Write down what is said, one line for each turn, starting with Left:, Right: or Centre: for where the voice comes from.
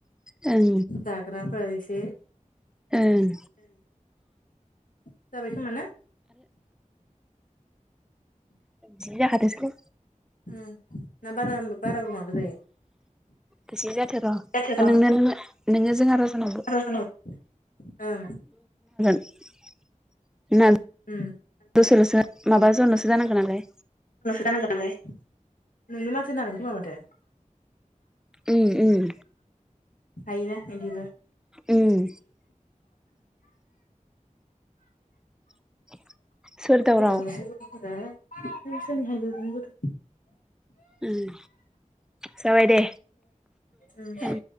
Centre: ओं
Left: जाग्रा फोर एसे
Centre: ओं
Left: जाबाय खोमा ना।
Centre: जाखाथोसैलै
Left: अम ना बारा-बाराबो माबा जायो
Centre: गोसो जाथोर
Left: जाथो
Centre: नों-नोंङो जोंहा राजानाव
Left: र' बार' जनाव ओं
Centre: <inaudible> ना
Left: उम
Centre: दसेल'सो माबासोल'सो जानांगौ नालाय
Left: नांगोननालाय नोंनो माथो होननांगोन खोमा माथो
Centre: उम उम
Left: हायोना इदिबो
Centre: अम <inaudible> दावराव
Left: दावराहाय गथ'फोरासहायबोनि गथ'
Centre: उम जाबाय दे
Left: उम
Centre: अम